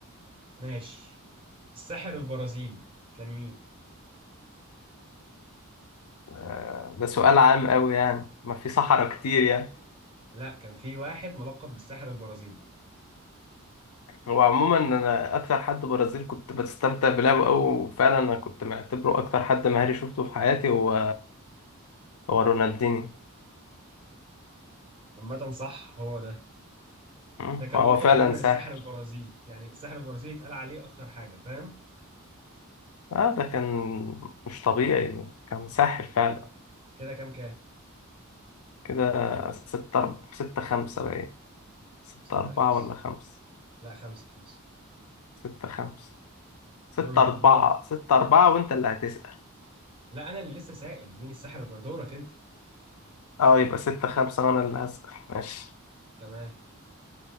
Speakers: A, on the right (about 25°); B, on the left (about 85°).
A: ماشي الساحر البرازيلي كان مين؟
B: آه، ده سؤال عام أوي يعني ما في صحراء كتير يعني
A: لا كان في واحد ملقب بالساحر البرازيلي
B: هو عموما أنا أكتر حد برازيل كنت بستمتع بلعبه أوي وفعلا أنا كنت معتبره أكتر حد مهاري شفته في حياتي هو هو رونالديني
A: عامة صح هو ده
B: م?
A: ده كان
B: هو
A: لقبه
B: فعلا
A: دايما
B: ساحر
A: الساحر البرازيلي يعني الساحر البرازيلي اتقال عليه أكتر حاجة فاهم؟
B: اه ده كان مش طبيعي كان مسحل فعلا
A: كده كام كام؟
B: كده ستة أرب... ستة خمسة بقى ستة
A: ستة
B: أربعة
A: خمسة
B: ولا خمسة
A: لا خمسة خمسة
B: ستة خمسة ستة
A: امم
B: أربعة
A: دورك
B: ستة أربعة وأنت اللي هتسأل
A: لا أنا اللي لسه سائل مين الساحر البرازيلي دورك أنت
B: اه يبقى ستة خمسة وأنا اللي هسأل ماشي
A: تمام